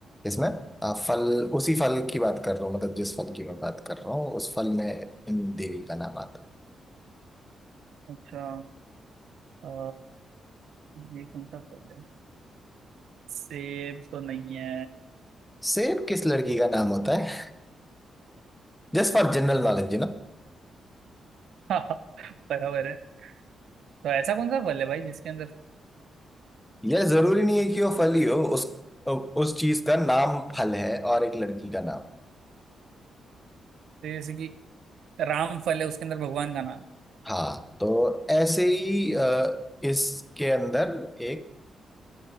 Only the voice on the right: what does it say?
अच्छा अ, ये कौन सा फल है सेब तो नहीं है
<laughs> बराबर है तो ऐसा कौन सा फल है भाई जिसके अंदर
जैसे कि राम फल है उसके अंदर भगवान का नाम है।